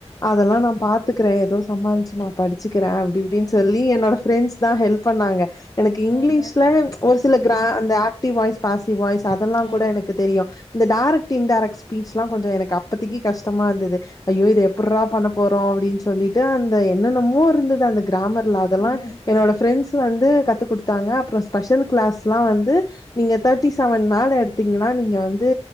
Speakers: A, on the left (about 30°); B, on the left (about 55°).
A: அதல்லா நா பாத்துக்கிற ஏதோ சமாளிச்சு நா படிச்சுக்கிற அப்டி இப்டின்னு சொல்லி என்னோட ஃப்ரெண்ட்ஸ் தா ஹெல்ப் பண்ணாங்க எனக்கு
B: ம்ஹ்ம்.
A: இங்கிலீஷ் அ ஒரு சில கிரா அந்த ஆக்டிவ் வாய்ஸ் பாசிவ் வாய்ஸ் அதல்லா
B: ஆ.
A: கூட எனக்கு தெரியு இந்த டேரக்ட் இன்டேரக்ட் ஸ்பீச்லா கொஞசோ எனக்கு அப்பதிக்கு கஷ்டமா இருந்துது ஐயோ இத எப்புட்ரா பண்ண போறோ அப்டின் சொல்லிட்டு அந்த என்னென்னமோ இருந்தது அந்த கிராமர்ல அதல்லா
B: ம்,
A: என்னோட ஃப்ரெண்ட்ஸ் வந்து கத்து குடுத்தாங்க அப்பறோ ஸ்பெஷல் கிளாஸ்ல்லா வந்து நீங்க தேர்ட்டி செவன் மேல எடுத்தீங்கன்னா நீங்க வந்து